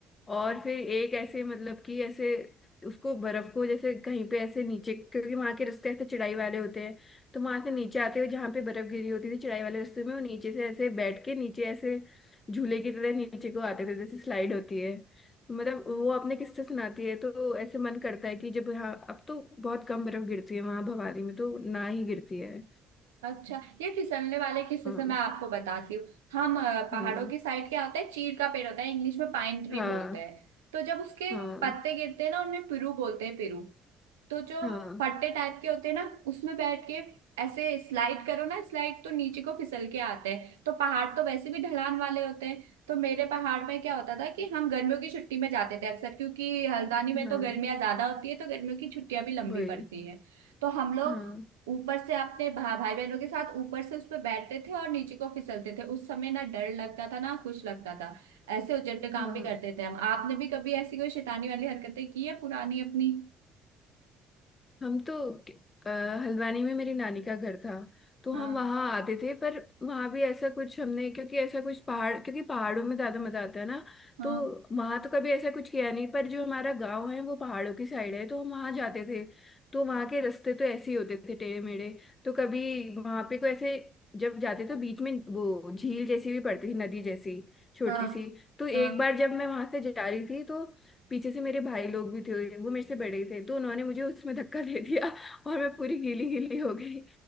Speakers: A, on the left; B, on the right.
A: और फिर एक ऐसे मतलब कि ऐसे उसको बर्फ को जैसे कहीं पे ऐसे नीचे क्योंकि वहां के रास्ते ऐसे चढ़ाई वाले होते हैं तो वहां से नीचे आते हुए जहाँ पे बर्फ गिरी होती थी चढ़ाई वाले रास्ते में वो नीचे से ऐसे बैठ के नीचे ऐसे झूले की तरह नीचे को आते थे जैसे स्लाइड होती है तो मतलब वो आपने किस्से सुनाती है तो ऐसे मन करता है कि जब यहाँ अब तो बहुत कम बर्फ गिरती है वहां भवाली में तो ना ही गिरती है
B: अच्छा ये फिसलने वाले किस्से
A: हाँ
B: से मैं आपको बताती हूँ हम अ, पहाड़ों
A: हाँ
B: की साइड क्या होता है चीड़ का पेड़ होता है इंग्लिश में पाइन ट्री
A: हाँ
B: बोलते हैं तो जब उसके
A: हाँ
B: पत्ते गिरते हैं ना उनमें पिरू बोलते हैं पिरू तो जो
A: हाँ
B: फट्टे टाइप के होते हैं ना उसमें बैठ के ऐसे स्लाइड करो ना स्लाइड तो नीचे को फिसल के आते हैं तो पहाड़ तो वैसे भी ढलान वाले होते हैं तो मेरे पहाड़ में क्या होता था कि हम गर्मियों की छुट्टी में जाते थे अक्सर क्योंकि हल्द्वानी में
A: हाँ
B: तो गर्मियां ज्यादा होती है तो गर्मियों की छुट्टियां भी लंबी
A: वही
B: पड़ती हैं तो हम लोग
A: हाँ
B: ऊपर से अपने भा, भाई बहनों के साथ ऊपर से उस पर बैठते थे और नीचे को फिसलते थे उस समय ना डर लगता था ना कुछ लगता था ऐसे उचट काम
A: हाँ
B: भी करते थे हम आपने भी कभी ऐसी कोई शैतानी वाली हरकतें की है पुरानी अपनी
A: हम तो अ, हल्द्वानी में मेरी नानी का घर था तो
B: हाँ
A: हम वहाँ आते थे पर वहाँ भी ऐसा कुछ हमने क्योंकि ऐसा कुछ पहाड़ क्योंकि पहाड़ों में ज्यादा मजा आता है ना
B: हाँ
A: तो वहाँ तो कभी ऐसा कुछ किया नहीं पर जो हमारा गांव है वो पहाड़ों की साइड है तो हम वहाँ जाते थे तो वहाँ के रास्ते तो ऐसे ही होते थे टेढ़े मेढ़े तो कभी वहाँ पे कोई ऐसे जब जाते तो बीच में वो झील जैसी भी पड़ती थी नदी जैसी छोटी
B: हाँ
A: सी तो एक
B: हाँ
A: बार जब मैं वहां से जा रही थी तो पीछे से मेरे भाई लोग भी थे वो मेरे से बड़े थे तो उन्होंने मुझे उसमें धक्का दे दिया <laughs> और मैं पूरी गीली गीली हो गई